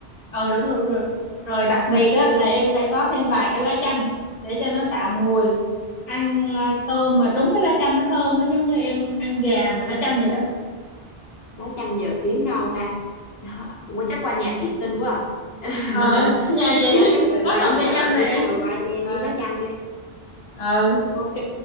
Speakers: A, on the left (about 40°); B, on the left (about 70°).
A: ờ đúng rồi đúng rồi rồi đặc biệt
B: à
A: á là em phải có thêm vài cái lá chanh để cho nó tạo mùi ăn à, tôm mà trúng cái lá chanh nó thơm lắm giống như em ăn gà
B: ừ.
A: mà lá chanh vậy đó
B: lá chanh giờ kiếm đâu ta Hả, qua chắc qua nhà chị xinh quá à.
A: ờ nhà
B: <laughs>
A: chị <laughs>
B: do chắc về
A: có
B: mai
A: trồng
B: đi
A: cây
B: chợ
A: chanh
B: đi
A: nè
B: xong rồi qua cho em
A: ờ
B: miếng lá chanh đi
A: ờ ok